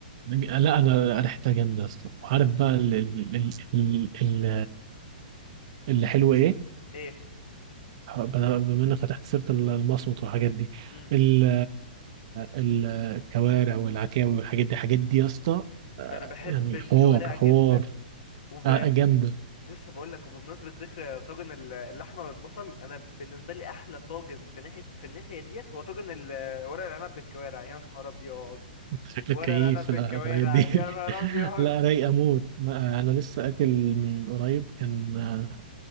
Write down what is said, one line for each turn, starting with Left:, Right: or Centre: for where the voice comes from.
Right: لا أنا ريحتها جامدة يا اسطى وعارف بقى ال- ال- ال- ال- اللي حلو إيه
Left: ايه
Right: بما بما انك فتحت سيره المصمت والحاجات دي
Left: امم
Right: ال- ال- الكوارع والعكاوي والحاجات دي الحاجات دي يا اسطى آه،
Left: انا بحب
Right: يعني
Left: الكوارع
Right: حوار حوار
Left: جدا وب...
Right: آه، جامده
Left: لسه بقول لك وبمناسبه ذكر طاجن ال- اللحمه والبصل انا بالنسبه لي احلى طاجن في ناحيه في الناحيه ديت هو طاجن ال- ورق العنب بالكوارع يا نهار ابيض
Right: انت شكلك
Left: ورق
Right: كيف
Left: العنب
Right: في
Left: بالكوارع
Right: الح- في الحاجات دي <laughs>
Left: يا نهار ابيض
Right: لا رايق اموت ما- انا لسه اكل من قريب كان آه،